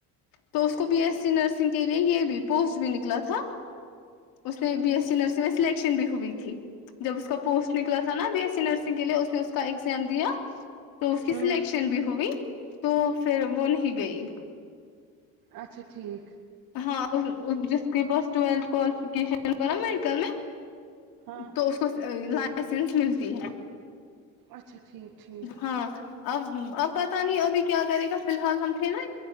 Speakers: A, on the left; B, on the right.
A: تو اس کو بی ایس سی نرسنگ کے لیے یہ بھی پوسٹ بھی نکلا تھا اس نے بی ایس سی نرسری میں سلیکشن بھی ہوئی تھی جب اس کا پوسٹ نکلا تھا نا بی ایس سی نرسنگ کے لیے اس نے اس کا ایگزام دیا تو اس کی
B: ہوں
A: سلیکشن بھی ہوئی تو پھر وہ نہیں گئی
B: اچھا ٹھیک
A: ہاں ہو جس کے پاس ٹویلھ کوالیفکیش نا میڈیکل میں
B: ہاں
A: تو اس کو لائسنس ملتی ہے
B: اچھا ٹھیک ٹھیک
A: ہاں اب اب پتہ نہیں ابھی کیا کرے گا فی الحال ہم تھے نا